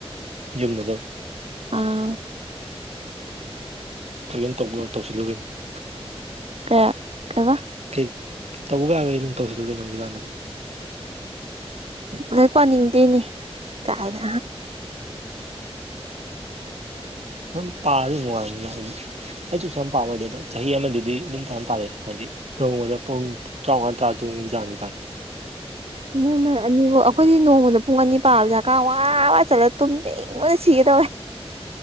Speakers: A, on the right; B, on the right.
A: ꯌꯨꯝꯗꯗꯨꯝ
B: ꯑꯥ
A: ꯀꯔꯤꯃꯦꯟ <unintelligible> ꯇꯧꯁꯤꯜꯂꯨꯒꯅꯤ <unintelligible>
B: ꯀ ꯀꯩꯕꯥ
A: ꯀꯩ ꯇꯧꯕ ꯌꯥꯕꯒꯩ ꯑꯗꯨꯝ ꯇꯧꯁꯤꯜꯂꯨ ꯀꯦꯅꯣ ꯍꯧꯖꯤꯛꯀꯥꯟꯗꯨꯝ
B: ꯂꯥꯏꯔꯤꯛ ꯄꯥꯅꯤꯡꯗꯦꯅꯦ ꯀꯥꯏꯅ
A: ꯌꯥꯝ <unintelligible> ꯄꯥ <unintelligible> ꯑꯗꯨꯝ ꯅꯨꯡꯉꯥꯏꯕꯅꯤꯗ ꯍꯥꯏꯗꯤ ꯑꯩꯁꯨ ꯀꯩꯁꯨꯌꯥꯝ ꯄꯥꯕ ꯑꯣꯏꯗꯦꯗ ꯆꯍꯤ ꯑꯃꯗꯨꯗꯤ ꯑꯗꯨꯝ ꯐꯖꯅ ꯄꯥꯔꯛ ꯑꯦ ꯍꯥꯏꯗꯤ ꯅꯣꯡ ꯃꯗ ꯄꯨꯡ ꯇ꯭ꯔꯥꯉꯥ ꯇ꯭ꯔꯥꯇꯨꯛ ꯃꯨꯛ ꯆꯥꯡ ꯌꯥꯕꯥꯟ <unintelligible>
B: ꯏꯃꯩ ꯃꯩ ꯑꯅꯤꯕꯨ ꯑꯩꯈꯣꯏꯗꯤ ꯅꯣꯡꯃꯗ ꯄꯨꯡꯅꯤ ꯄꯥꯕꯖꯦ ꯀꯋꯥ ꯋꯥ ꯆꯠꯂ ꯇꯨꯝꯅꯤꯡꯕꯅ ꯁꯤꯒꯦ ꯇꯧꯋꯦ